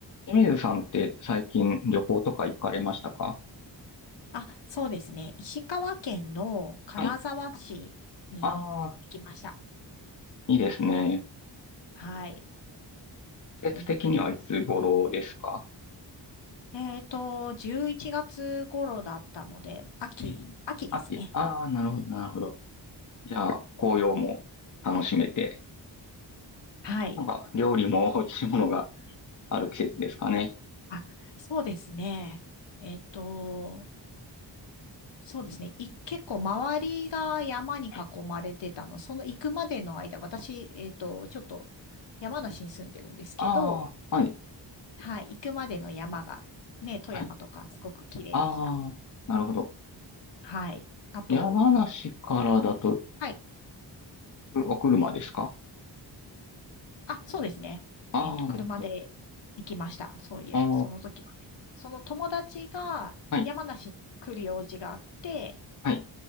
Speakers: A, on the left (about 45°); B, on the left (about 70°).
A: 清水さんって最近旅行とか行かれましたか
B: あ、そうですね。石川県の金沢市に行きました。
A: はい。ああ、いいですね。
B: はい。
A: 季節的にはいつ頃ですか
B: えっと、えっと、11月頃だったので、秋、
A: うん秋。
B: 秋ですね。
A: ああ、なるほど、なるほど。じゃあ、紅葉も楽しめて、
B: はい。
A: なんか料理も美味しいものがある季節ですかね。
B: あ、そうですね。えっと、そうですね。い、結構周りが山に囲まれてたの。
A: はい
B: その行くまでの間、私、えっと、ちょっと山梨に住んでるんですけど、
A: ああ、はい、
B: はい。行くまでの山が、ね、富山とかすごく綺麗でした。
A: はい。ああ、なるほど。
B: はい。あと、
A: 山梨からだと、
B: はい。
A: うお車ですか
B: あ、そうですね。
A: ああ、
B: えっと、車で行きました。
A: なるほど。
B: そういえば、
A: あ
B: その時はね。その友達が山梨に来る用事があって、
A: あ、はい、はい。